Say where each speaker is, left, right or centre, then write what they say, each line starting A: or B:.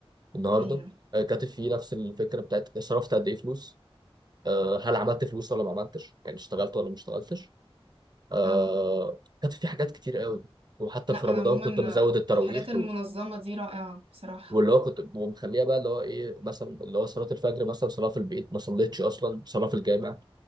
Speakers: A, on the right; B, on the right.
A: النهارده
B: ايوه
A: آه، كاتب فيه نفس الفكره بتاعت صرفت قد ايه فلوس آه، هل عملت فلوس ولا ما عملتش يعني اشتغلت ولا ما اشتغلتش آه،
B: اه
A: كاتب فيه حاجات كتير قوي وحتى
B: لا
A: في
B: انا
A: رمضان
B: عموما
A: كنت مزود التراويح
B: الحاجات المنظمه دي رائعه بصراحه
A: واللي هو كنت ومخليها بقى اللي هو ايه مثلا اللي هو صلاه الفجر مثلا صلاه في البيت ما صليتش اصلا صلاه في الجامع